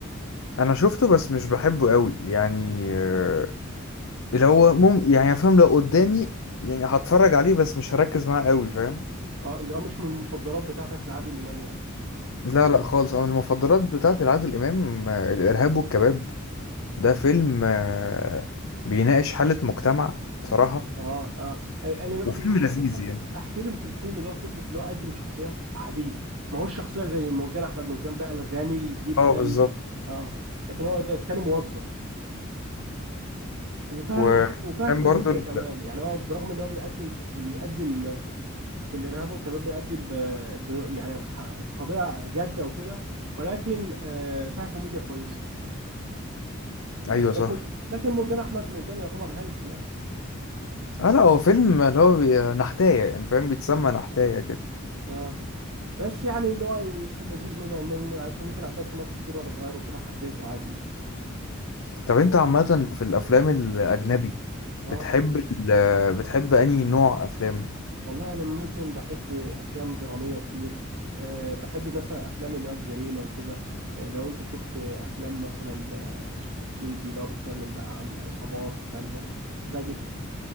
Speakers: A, on the left; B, on the right.
A: انا شفته بس مش بحبه قوي يعني آه، اللي هو مم... يعني فاهم لو قدامي يعني هتفرج عليه بس مش هركز معاه قوي فاهم
B: اه اللي هو مش من المفضلات بتاعتك لعادل إمام يعني
A: لا لا خالص انا المفضلات بتاعتي لعادل امام آه، الارهاب والكباب ده فيلم آه، بيناقش حالة مجتمع بصراحة
B: اه اه انا
A: وفيلم
B: م-
A: لذيذ
B: ممكن
A: يعني
B: احترم في الفيلم دوت فكره اللي هو قدم شخصيه عاديه ما هوش شخصيه زي مرجان احمد مرجان بقى الغني جدا
A: اه بالظبط
B: اه لكن هو ده التاني موظف وفيها
A: وكان
B: وف- وفيها كوميديا
A: برضو ال...
B: كمان يعني هو برغم اللي هو بيقدم ش... بيقدم في الارهاب والكباب بيقدم آه، ض- يعني ح- قضيه جاده وكده ولكن آه، فيها كوميديا كويسه
A: ايوه
B: لكن
A: صح
B: لكن مرجان احمد مرجان يعتبر هلس يعني
A: اه لا هو فيلم اللي هو بي... نحتاية يعني فاهم بيتسمى نحتاية كده
B: اه بس يعني اللي هو في اللذيذ منه مم- عشان ممكن عشان سمعته كتير وانا صغير وكده حبيته عادي قشطه
A: طب انت عامة في الافلام الاجنبي
B: اه
A: بتحب ال... بتحب انهي نوع افلام
B: والله انا ممكن بحب افلام دراميه كتير أه بحب مثلا افلام اللي هو الجريمه وكده أه لو انت شفت افلام مثلا آه، سكورسيزي اللي هو بيتكلم بقى عن عصابات والكلام ده بحبها جدا